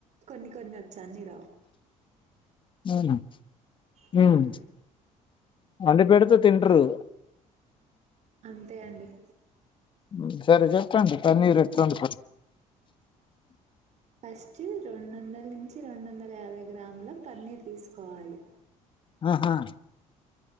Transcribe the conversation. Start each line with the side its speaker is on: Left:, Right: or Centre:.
Right: కొన్ని కొన్ని వచ్చు అన్ని రావు
Left: అవున
Right: హ్మ్
Left: మ్మ్ అన్ని పెడితే తింటరు
Right: అంతే అండి
Left: మ్మ్ సరే చెప్పండి పన్నీర్ ఎట్ ప్పండి ప
Right: ఫస్ట్ రెండు వందల నుంచి రెండు వందల యాభై గ్రాముల పన్నీర్ తీసుకోవాలి
Left: ఆహా